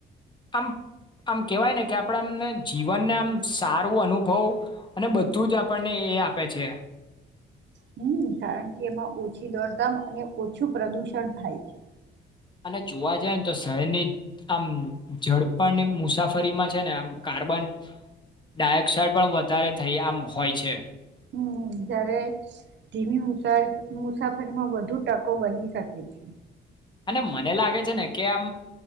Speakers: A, on the left (about 25°); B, on the right (about 65°).
A: આમ આમ કેવાય ને કે આપણામને જીવનને આમ સારું અનુભવ અને બધું જ આપણને એ આપે છે.
B: હમ્મ, કારણ કે એમાં ઓછી દોડદામ અને ઓછું પ્રદુષણ થાય છે.
A: અને જોવા જાય ને, તો શહેરની આમ ઝડપણની મુસાફરીમાં છે, ને આમ કાર્બન ડાયોક્સાઈડ પણ વધારે થઈ આમ હોય છે
B: હમ્મ, જયારે ધીમી મુસા ફરીમાં વધુ ટકો બની શકે છે.
A: અને મને લાગે છે ને કે આમ